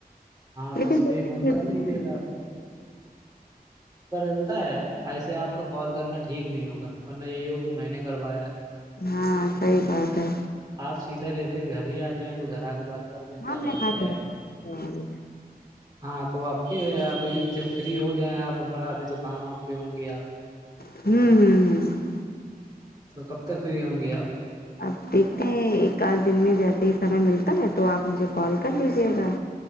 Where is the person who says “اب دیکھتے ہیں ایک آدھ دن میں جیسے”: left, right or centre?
Left